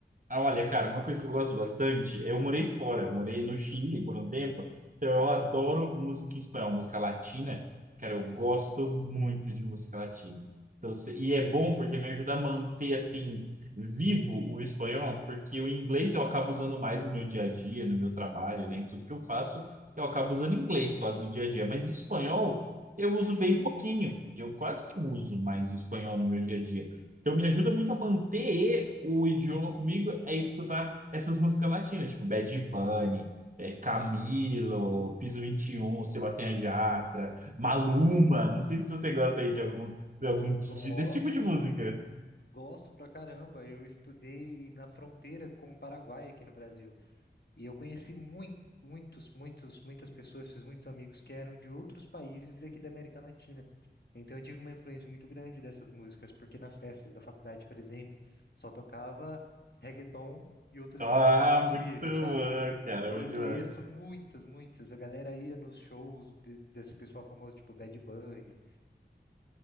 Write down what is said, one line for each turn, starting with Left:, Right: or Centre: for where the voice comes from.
Right: Ah, olha, cara, uma coisa que eu gosto bastante, eu morei fora, eu morei no Chile por um tempo, então eu adoro música em espanhol, música latina, cara, eu gosto muito de música latina. Então, se- e é bom porque me ajuda a manter, assim, vivo o espanhol, porque o inglês eu acabo usando mais no meu dia a dia, no meu trabalho, né, em tudo que eu faço, eu acabo usando inglês quase no dia a dia, mas espanhol eu uso bem pouquinho, eu quase não uso mais espanhol no meu dia a dia. Então me ajuda muito a manter o idioma comigo é escutar essas músicas latinas, tipo Bad Bunny, é, Camilo, Piso Vinte e Um, Sebastião Yatra, Maluma. Não sei se você gosta aí de algum, de algum
Left: Gosto,
Right: ti- desse tipo de música.
Left: gosto pra caramba. Eu estudei na fronteira com o Paraguai aqui no Brasil. E eu conheci muito, muitos, muitos, muitas pessoas, fiz muitos amigos que eram de outros países daqui da América Latina. Então eu tive uma influência muito grande dessas músicas, porque nas festas da faculdade, por exemplo, só tocava reggaeton e outras
Right: Ah,
Left: músicas latinas,
Right: muito bom,
Left: sabe?
Right: cara,
Left: Então
Right: muito
Left: eu
Right: demais.
Left: conheço muitas, muitas. A galera ia nos shows de- desse pessoal famoso, tipo Bad Bunny.